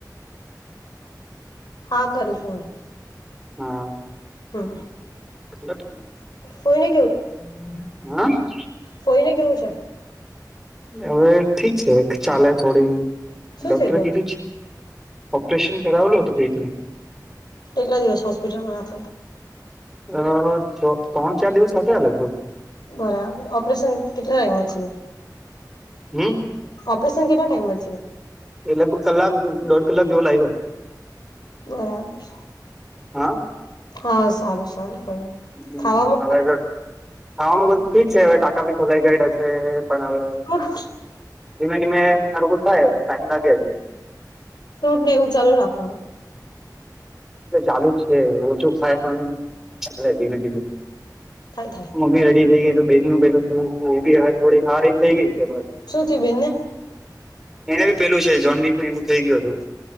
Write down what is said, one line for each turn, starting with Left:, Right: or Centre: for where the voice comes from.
Left: હ <inaudible> હા કરું ફોન
Centre: હા
Left: હમ
Centre: હ
Left: ફોઈને
Centre: <inaudible>
Left: ફોઈ ને કેવું છે
Centre: હવે ઠીક છે ચાલે થોડી
Left: શું
Centre: ડોક્ટરે
Left: થયેલું
Centre: કીધું
Left: હતું
Centre: છે ઓપરેશન કરાવલો હતું પેટનુ
Left: એકલા દિવસ હોસ્પિટલમાં રાખેલા
Centre: અ ત્રણ ચાર દિવસ રાખ્યા લગભગ
Left: બરાબર ઓપરેશન કેટલા ટાઈમ માં થયું
Centre: હમ
Left: <inaudible> ઓપરેશન કેટલા ટાઈઇમમાં
Centre: એ લગભગ કલાક દોઢ કલાક જેવો લાગ્યો
Left: બરાબર
Centre: હા
Left: હા <inaudible> સારું સારું કઈ નઈ
Centre: <inaudible>
Left: ખાવામાં
Centre: હવે ખાવાનું બધું કી જ છે હવે ટાકા ભી ખોલાઈ ગ હશે પણ હવે
Left: કછ <inaudible>
Centre: ધીમે ધીમે સારું થાય ટાઈમ લાગે એલું
Left: ફ્રૂટ ને એવું ચાલુ રાખવાનું
Centre: ચાલુ જ છે ઓછું ખાય પણ ચાલે ધીમે ધીમે
Left: થાય થાય
Centre: મમ્મી રેડી થઈ ગઈ તો બેન નું પેલું થ એ બી હવે થોડી હારી એ થઈ ગઈ છે
Left: શું થયું બેનને
Centre: એને બી પેલું છે <unintelligible> એવું થઈ ગયું હતું